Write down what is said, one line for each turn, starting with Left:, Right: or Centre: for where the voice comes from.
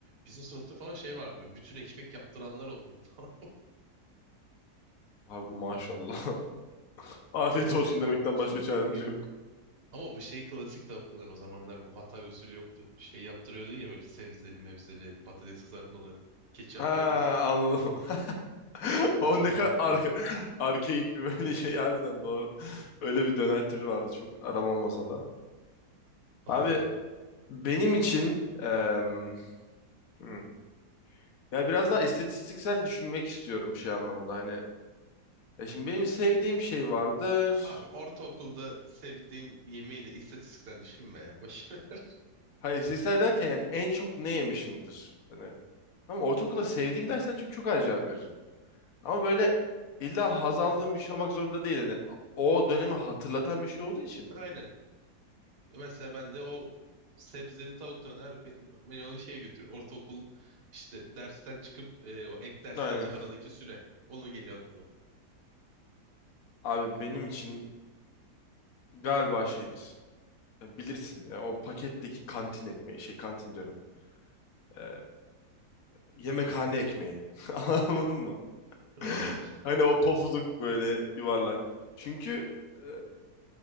Right: Bizim sınıfta falan şey vardı böyle bütün ekmek yaptıranlar oluyordu. <laughs> tamam
Left: Abi maşallah.
Right: mı?
Left: <laughs> Afiyet
Right: Ee,
Left: olsun
Right: ama,
Left: demekten
Right: <laughs>
Left: başka çaremiz yok.
Right: ama bu şey klasik tavuk döner o zamanlar bu Hatay usulü yoktu. Şey yaptırıyordun ya böyle sebzeli mevzeli patates kızartmalı ketçap
Left: Ha
Right: mayonez.
Left: anladım. <laughs> <laughs>
Right: Mükemmeldi
Left: O ne kadar ar
Right: ya.
Left: arkeik bir böyle şey harbiden doğru. Öyle bir döner vardı çok aram masada.
Right: Daha
Left: Abi
Right: güzel ya.
Left: benim için em, hmm, ya biraz daha istatistiksel düşünmek istiyorum şey anlamında hani. Ya şimdi benim sevdiğim şey vardır.
Right: Abi ortaokulda sevdiğin yemeği de istatistiksel düşünme ya. Boş ver.
Left: Hayır istatistiksel derken yani en çok ne yemişimdir. Hani, ama ortaokulda sevdiğim dersen çünkü çok acayip veririm. Ama böyle illa haz aldığım
Right: <laughs>
Left: bir şey olmak zorunda değil. Hani o dönemi hatırlatan bir şey olduğu için.
Right: Aynen. Mesela ben de o sebzeli tavuk döner be- beni o şeye götürüyor. Ortaokul işte dersten çıkıp e, o ek dersteki
Left: Aynen.
Right: aradaki süre. Onu geliyor aklıma.
Left: Abi benim için galiba şeydir. Ya Bilirsin ya o paketteki kantin ekmeği şey kantin diyorum. Ee, yemekhane ekmeği. <laughs> Anladın mı?
Right: Aa.
Left: <laughs> Hani o pofuduk böyle yuvarlak. Çünkü e,